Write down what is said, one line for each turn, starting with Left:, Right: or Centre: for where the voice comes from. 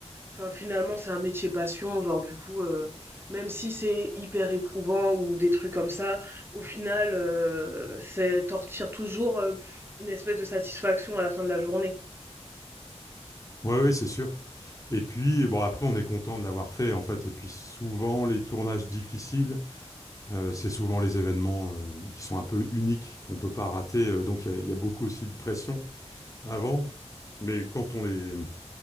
Right: Enfin, finalement, c'est un métier passion, genre du coup, euh, même si c'est hyper éprouvant ou des trucs comme ça, au final, euh, c'est t'en retires toujours euh, une espèce de satisfaction à la fin de la journée.
Left: Ouais, ouais, c'est sûr. Et puis bon, après on est content de l'avoir fait en fait. Et puis souvent les tournages difficiles. Euh, c'est souvent les événements euh, qui sont un peu uniques, qu'on ne peut pas rater. Euh, donc, il y, a il y a beaucoup aussi de pression avant. Mais quand on les,